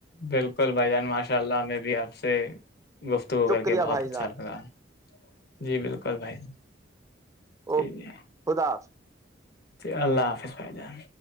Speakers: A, on the left; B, on the right.
A: بالکل بھائی جان ماشاء اللہ میں بھی آپ سے گفتگو
B: شکریہ
A: کر کے بہت
B: بھائی
A: اچھا
B: جان
A: لگا جی بالکل بھائی جان
B: اوک
A: جی جی
B: خدا حافظ۔
A: جی اللہ حافظ بھائی جان